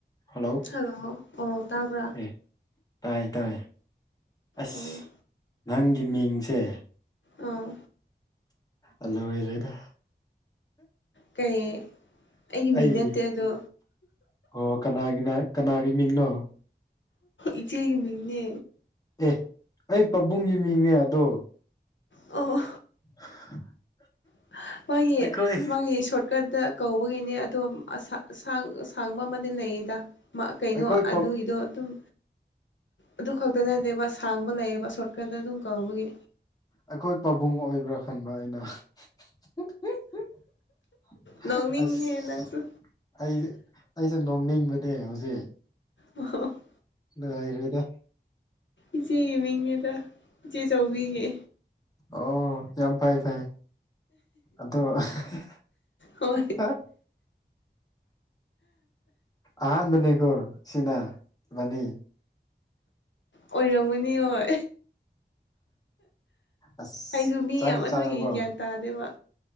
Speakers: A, on the left; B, on the left.
A: Hello
B: <unintelligible> ꯑꯣ ꯇꯥꯕ꯭ꯔꯥ
A: ꯑꯦ ꯇꯥꯏ ꯇꯥꯏ ꯑꯁ
B: ꯑꯣ
A: ꯅꯪꯒꯤ ꯃꯤꯡꯁꯦ
B: ꯑꯥ
A: ꯑ ꯂ‌ꯣꯏꯔ‌ꯦꯗ
B: ꯀꯩ ꯑꯩꯒꯤ
A: ꯑꯩ
B: ꯃꯤꯡ ꯅꯠꯇꯦ ꯑꯗꯣ
A: ꯑꯣ ꯀꯅꯥꯒꯤ ꯀꯅꯥꯒꯤ ꯃꯤꯡꯅꯣ
B: ꯏꯆꯦꯒꯤ ꯃꯤꯡꯅꯦ
A: ꯑꯦ ꯑꯩ ꯄꯥꯕꯨꯡꯒꯤ ꯃꯤꯡꯅꯦ ꯑꯗꯣ
B: ꯑꯣ
A: <unintelligible>
B: <unintelligible> ꯃ‌ꯣꯏꯒꯤ
A: ꯑꯩꯈꯣꯏ
B: ꯃꯥꯒꯤ ꯁꯣꯔꯠꯀꯠꯇ ꯀꯧꯕꯒꯤꯅꯦ ꯑꯗꯣ ꯑꯁꯥꯡ ꯑꯁꯥꯡꯕ ꯑꯃꯗꯤ ꯂꯩꯌꯦꯗ ꯃ ꯀꯩꯅꯣ
A: ꯑꯩꯈꯣꯏ
B: ꯑꯗꯨꯒꯤꯗꯣ ꯑꯗꯨꯝ ꯑꯗꯨ ꯈꯛꯇ ꯅꯠꯇꯦꯕ ꯁꯥꯡꯕ ꯂꯩꯌꯦꯕ ꯁꯣꯔꯠꯀꯠꯇ ꯑꯗꯨꯝ ꯀꯧꯕꯒꯤ
A: ꯑꯩꯈꯣꯏ ꯄꯥꯕꯨꯡ ꯑꯣꯏꯕ꯭ꯔꯥ ꯈꯟꯕ ꯑꯩꯅ <unintelligible>
B: ꯅꯣꯛꯅꯤꯡꯉꯦ
A: ꯑꯁ
B: ꯅꯪꯁꯨ
A: ꯑꯩ ꯑꯩꯁꯨ ꯅꯣꯛꯅꯤꯡꯕꯅꯦ ꯍꯧꯖꯤꯛ
B: ꯑꯣ <unintelligible>
A: ꯅꯨꯉꯥꯏꯔ‌ꯣꯏꯗ
B: ꯏꯆꯦꯒꯤ ꯃꯤꯡꯅꯦ ꯑꯗꯣ ꯏꯆꯦ ꯆꯧꯕꯤꯒꯤ
A: ꯑꯣ ꯌꯥꯝ ꯐꯩ ꯐꯩ ꯑꯗꯣ <unintelligible>
B: ꯍꯣꯏ
A: ꯍꯥ ꯍꯥ ꯑꯍꯥꯟꯕꯅꯤꯀ‌ꯣ ꯁꯤꯅꯥ ꯏꯕꯥꯅꯤ
B: ꯑꯣꯏꯔꯝꯒꯅꯤ ꯍꯣꯏ
A: ꯑꯁ
B: ꯑꯩꯁꯨ ꯃꯤ
A: ꯆꯥꯛꯇꯤ
B: ꯌꯥꯝꯃꯟꯕꯒꯤ
A: ꯆꯥꯔꯕꯣ
B: ꯒ꯭ꯌꯥꯟ ꯇꯥꯗꯦꯕ